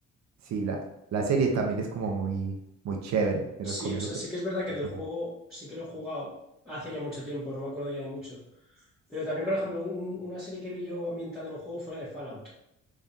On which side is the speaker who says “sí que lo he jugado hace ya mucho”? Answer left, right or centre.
Centre